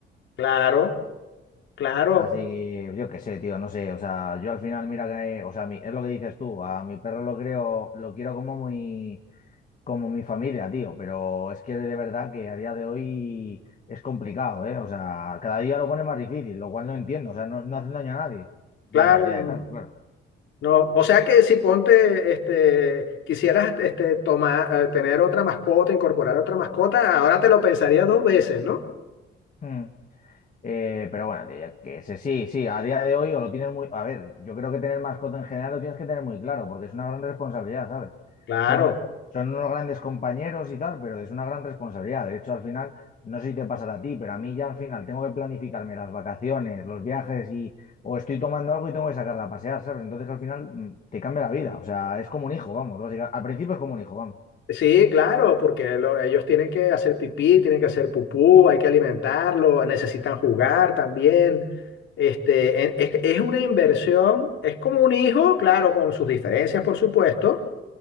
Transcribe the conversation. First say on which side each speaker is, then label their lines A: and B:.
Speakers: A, on the left (about 75°); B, on the left (about 40°).
A: Claro, claro,
B: Así que yo qué sé, tío, no sé, o sea, yo al final, mira que, eh, o sea, mi- es lo que dices tú, a mi perro lo creo, lo quiero como muy como mi familia, tío, pero es que de verdad que a día de hoy es complicado, ¿eh? O sea, cada día lo pone más difícil, lo cual no entiendo, o sea, no, no hacen daño a nadie.
A: claro.
B: La mayoría
A: no,
B: de perros,
A: no.
B: claro.
A: No, o sea que si ponte, este, quisieras, este, tomar, eh, tener otra mascota, incorporar otra mascota, ahora te lo pensarías dos veces, ¿no?
B: Mm. Eh, pero bueno, tío, yo qué sé, sí, sí, a día de hoy o lo tienes muy... A ver, yo creo que tener mascota en general lo tienes que tener muy claro, porque es una gran responsabilidad, ¿sabes?
A: Claro,
B: Son, son unos grandes compañeros y tal, pero es una gran responsabilidad. De hecho, al final, no sé si te pasará a ti, pero a mí ya al final tengo que planificarme las vacaciones, los viajes y... O estoy tomando algo y tengo que sacarla a pasear, ¿sabes? Entonces al final mm, te cambia la vida. O sea, es como un hijo, vamos, básicamente. Al principio es como un hijo, vamos.
A: sí, claro, porque lo- ellos tienen que hacer pipí, tienen que hacer pupú, hay que alimentarlo, necesitan jugar también. Este, en- es, es una inversión, es como un hijo, claro, con sus diferencias, por supuesto,